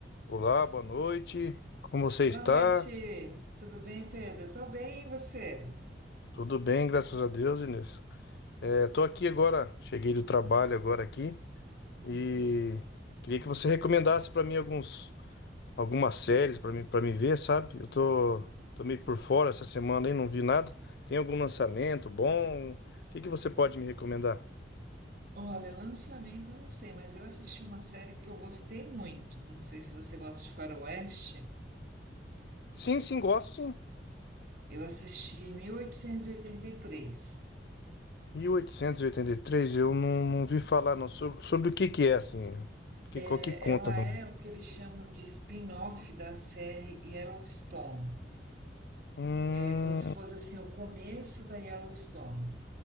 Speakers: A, on the left (about 60°); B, on the right (about 55°).
A: Olá, boa noite. Como você
B: Boa
A: está?
B: noite, tudo bem, Pedro? Eu Tô bem, e você?
A: Tudo bem, graças a Deus, Inês. É, tô aqui agora, cheguei do trabalho agora aqui
B: Uhum,
A: e queria que você recomendasse para mim alguns algumas séries para mim para me ver, sabe? Eu tô,
B: uhum.
A: tô meio por fora essa semana aí, não vi nada. Tem algum lançamento bom? O que que você pode me recomendar?
B: Olha, lançamento eu não sei, mas eu assisti uma série que eu gostei muito. Não sei se você gosta de faroeste.
A: Sim, sim, gosto sim.
B: Eu assisti 1883.
A: Mil oitocentos e e oitenta e três. eu não, não vi falar não sobre, sobre o que que é assim. Que,
B: É,
A: qual que conta?
B: Ela
A: não?
B: é o que eles chamam de spin-off da série Yellowstone.
A: Hum,
B: É como se fosse assim o começo da Yellowstone.